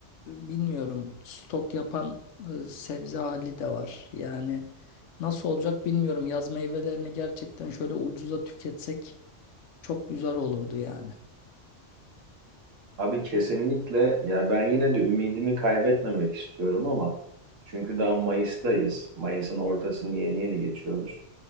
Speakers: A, on the left (about 75°); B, on the right (about 85°).
A: e, bilmiyorum stok yapan e, sebze hali de var. Yani nasıl olacak bilmiyorum. Yaz meyvelerini gerçekten şöyle ucuza tüketsek çok güzel olurdu yani.
B: Abi kesinlikle ya ben yine de ümidimi kaybetmemek istiyorum ama çünkü daha Mayıs'tayız. Mayıs'ın ortasını yeni yeni geçiyoruz.